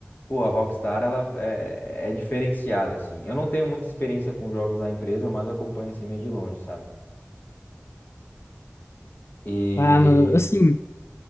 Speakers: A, on the left; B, on the left.
A: pô, a Rockstar ela é, é diferenciada assim. Eu não tenho muita experiência com jogos da empresa, eu mais acompanho assim meio de longe, sabe? E
B: Ah, mano, assim,